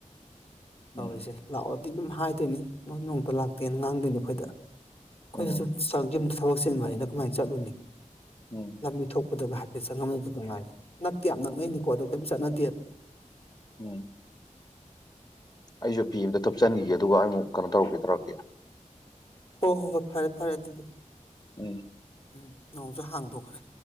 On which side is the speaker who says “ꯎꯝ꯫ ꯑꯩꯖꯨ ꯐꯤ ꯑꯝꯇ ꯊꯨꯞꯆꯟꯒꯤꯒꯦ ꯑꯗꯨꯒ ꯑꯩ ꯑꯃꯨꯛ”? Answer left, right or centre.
Left